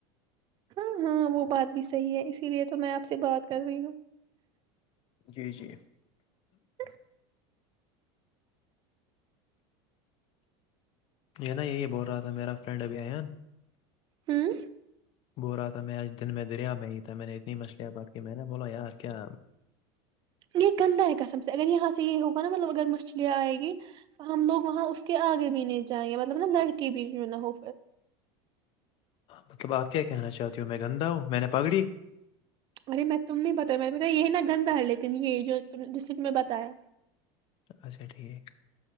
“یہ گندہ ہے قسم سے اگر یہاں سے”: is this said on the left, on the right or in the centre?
Right